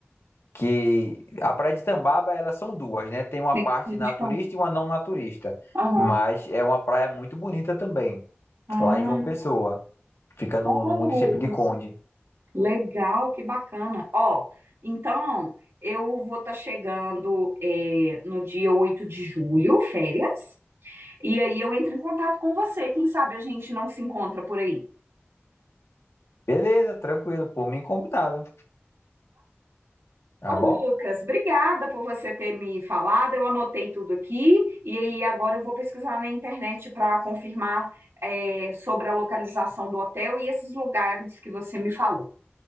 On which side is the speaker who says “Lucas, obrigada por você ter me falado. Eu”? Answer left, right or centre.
Right